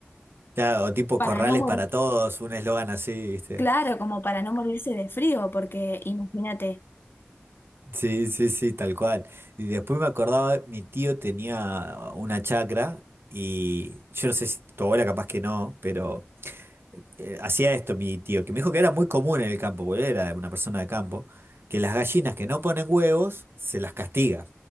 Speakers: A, on the right; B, on the left.
A: Claro,
B: <laughs>
A: o tipo
B: para
A: corrales
B: no morir,
A: para todos, un eslogan así, ¿viste?
B: claro, como para no morirse de frío, porque imagínate,
A: Sí, sí, sí, tal cual. Y después me acordaba, mi tío tenía una chacra y yo no sé si tu abuela capaz que no, pero... eh, eh, hacía esto mi tío, que me dijo que era muy común en el campo, porque él era una persona de campo, que las gallinas que no ponen huevos se las castiga.